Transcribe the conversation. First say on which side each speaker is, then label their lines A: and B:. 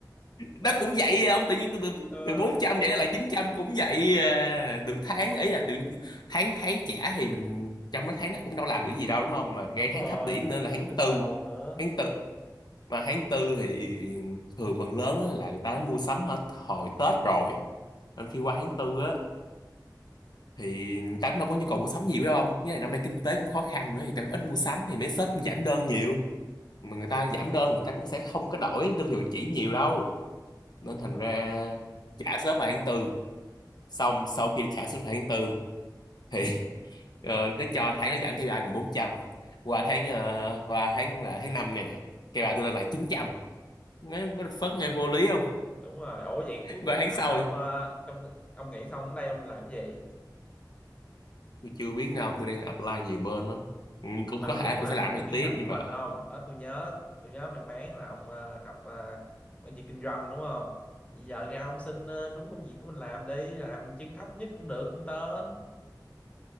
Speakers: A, on the left; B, on the left.
A: nó
B: nó
A: cũng vậy à. ông tự nhiên từ từ,
B: ờ,
A: từ 400 vậy nó lại 900 cũng vậy à. được tháng ấy là tự nhiên- tháng tháng trả thì mình trong đó tháng nó cũng đâu làm được gì đâu đúng không mà ngay
B: đúng
A: tháng
B: rồi
A: thấp điểm
B: mình
A: nữa
B: phải
A: là
B: kiếm
A: tháng
B: lại
A: tư
B: từ đầu nữa
A: tháng tư mà tháng tư thì thường phần lớn á là người ta đã mua sắm hết hồi Tết rồi nên khi qua tháng tư á thì người ta cũng đâu có nhu cầu mua sắm nhiều đâu không với lại năm nay kinh tế cũng khó khăn nữa thì người ta cũng ít mua sắm thì mấy shop cũng giảm đơn nhiều mà người
B: đúng
A: ta
B: rồi
A: giảm đơn người ta cũng sẽ không có đổi đơn vị chỉ nhiều đâu nên
B: đúng
A: thành
B: rồi
A: ra trả ship vào tháng tư xong sau khi trả ship vào tháng tư thì <laughs> ờ, nó cho tháng nó giảm KPI còn bốn trăm qua tháng ờ, qua tháng là tháng 5 này nè KPI tôi lên lại chín trăm nó what the fuck nghe vô lý không
B: đúng rồi ủa vậy cuối
A: qua
B: cùng
A: tháng sau
B: là ông ờ, trong ông nghĩ xong ở đây ông làm cái gì
A: tôi chưa biết nào tôi đang apply nhiều bên lắm ừ, cũng
B: mà
A: có
B: ông
A: thể
B: có muốn
A: tôi
B: làm
A: sẽ làm cái
B: trúng
A: này
B: cái
A: tiếp
B: ngành
A: nhưng
B: của mình
A: mà
B: không đó tôi nhớ tôi nhớ mang máng là ông ờ, học ờ, quản trị kinh doanh đúng không bây giờ ra ông xin ờ, đúng công việc của mình làm đi làm chân thấp nhất cũng được intern